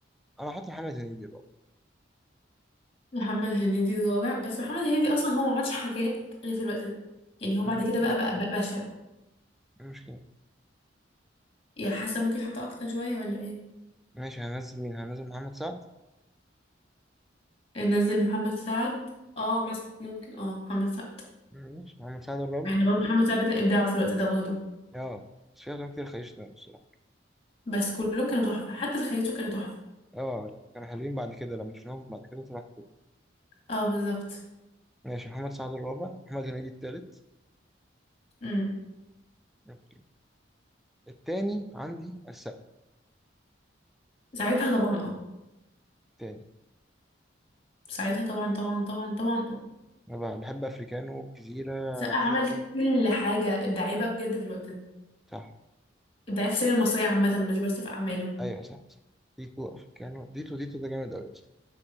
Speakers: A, in the centre; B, on the left.
A: انا هحط محمد هنيدي الرابع
B: محمد هنيدي الرابع بس محمد هنيدي اصلا هو ما عملش حاجات غير في الوقت ده يعني هو بعد
A: أنا-
B: كده
A: مش
B: بقى
A: كده
B: بقى, بقى بشع
A: مش كده
B: يا حاسه ممكن حتى اكتر شويه ولا ايه
A: ماشي هنزل مين هنزل محمد سعد
B: آه، نزل محمد سعد اه مثلا ممكن اه محمد سعد
A: ماشي محمد سعد الرابع
B: يعني برضه محمد سعد كان ابداعه في الوقت ده برضه
A: اه بس في افلام كتير خيشنا بصراحه
B: بس كلهم كانوا تحفه حتى في خياته كانوا تحفه
A: اه يعني كانوا حلوين بعد كده لما شفناهم بعد كده طلعوا حلوين
B: اه بالظبط
A: ماشي محمد سعد الرابع محمد هنيدي التالت
B: امم
A: اوكي التاني عندي السقا
B: ساعتها طبعا اه
A: التاني
B: ساعتها طبعا طبعا طبعا طبعا اه
A: انا بحب افريكانو جزيره
B: سقا
A: تيتو
B: عمل كل حاجة إبداعية بقى بجد في الوقت ده
A: صح
B: إبداعية في السينما المصرية عامة مش بس في أعماله
A: ايوه صح صح ديتو افريكانو ديتو ديتو ده جامد قوي اصلا